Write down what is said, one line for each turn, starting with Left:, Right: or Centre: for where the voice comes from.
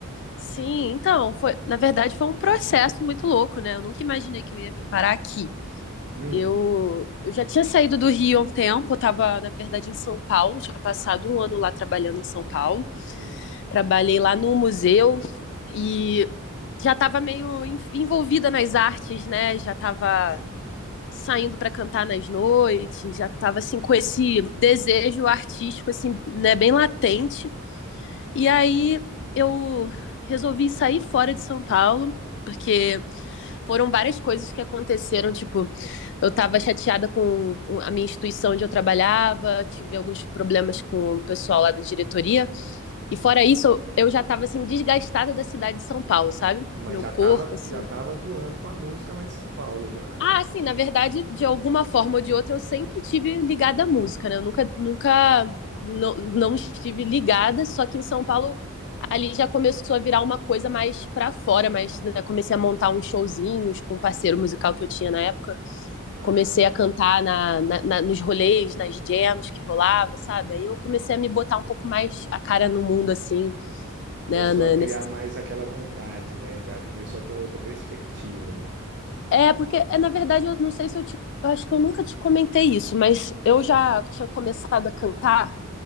Left: Sim, então, foi, na verdade foi um processo muito louco, né? Eu nunca imaginei que eu ia vir parar aqui.
Right: Hum,
Left: Eu, eu já tinha saído do Rio há um tempo, eu estava, na verdade, em São Paulo, tinha passado um ano lá trabalhando em São Paulo.
Right: sim,
Left: Trabalhei lá no museu e já estava meio en- envolvida nas artes, né? Já estava
Right: sim.
Left: saindo para cantar nas noites, já estava assim com esse desejo artístico assim, né, bem latente. E aí eu resolvi sair fora de São Paulo, porque foram várias coisas que aconteceram. Tipo, eu tava chateada com a minha instituição onde eu trabalhava, tive alguns problemas com o pessoal lá da diretoria. E fora isso, eu já tava assim, desgastada da cidade de São Paulo, sabe?
Right: Mas
Left: Meu
Right: já
Left: corpo,
Right: estava
Left: assim.
Right: já tava atuando com a música lá em São Paulo já, né?
Left: Ah, assim, na verdade, de alguma forma ou de outra, eu sempre tive ligada à música, né? Eu nunca, nunca não, não estive ligada, só que em São Paulo ali já começou a virar uma coisa mais para fora, mas né, comecei a montar uns showzinhos com um parceiro musical que eu tinha na época
Right: Ah,
Left: comecei a cantar na, na, na, nos rolês, nas jams que rolava, sabe? Aí eu comecei a me botar um pouco mais a cara no mundo, assim,
Right: começou
Left: né? Na,
Right: a criar
Left: nesse...
Right: mais aquela vontade, né? Já começou a ter outra perspectiva, né?
Left: É, porque, é, na verdade, eu não sei se eu te. Eu acho que eu nunca te comentei isso, mas eu já tinha começado a cantar,